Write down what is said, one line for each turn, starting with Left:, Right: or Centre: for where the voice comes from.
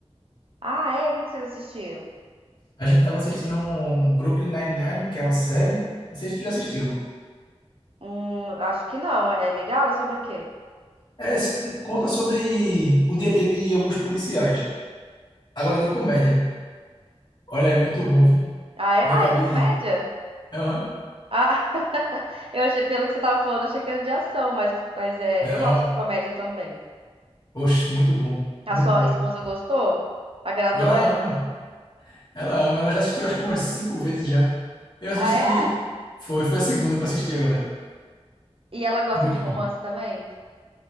Right: Ah, é? E o que que vocês assistiram?
Left: A gente tava assistindo um Brooklyn Nine-Nine, que é uma série. Não sei se tu já assistiu.
Right: Hum, acho que não. É legal? É sobre o quê?
Left: É, s- conta sobre o dia a dia de alguns policiais. Agora de comédia. Olha, é muito bom, vi.
Right: Ah, é?
Left: Me
Right: Ah,
Left: acabei
Right: é de comédia?
Left: de rir. Aham.
Right: Ah, <laughs> eu achei, pelo que você tava falando, eu achei que era de ação, mas, mas é,
Left: Não.
Right: eu gosto de comédia também.
Left: Oxe, muito bom.
Right: A
Left: Muito
Right: sua
Left: bom.
Right: esposa gostou? Agradou
Left: Ela
Right: ela?
Left: ama. Ela ama. Ela já assistiu acho que umas cinco vezes já. Eu assisti.
Right: Ah, é?
Left: Foi, foi a segunda que eu assisti agora.
Right: E ela gosta
Left: Muito
Right: de romance
Left: bom.
Right: também?